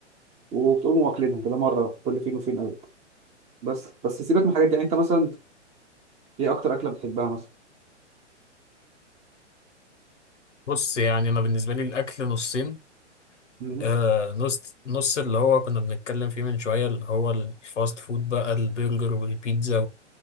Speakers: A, on the right (about 20°); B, on the left (about 75°).
A: وبتقوموا واكلينها كده مره كل فين وفين قوي بس بس سيبك من الحاجات دي يعني انت مثلا ايه اكتر اكله بتحبها مثلا
B: بص يعني انا بالنسبة لي الاكل نصين
A: مم.
B: آه نص نص اللي هو كنا بنتكلم فيه من شوية اللي هو الفاست فود بقى البرجر والبيتزا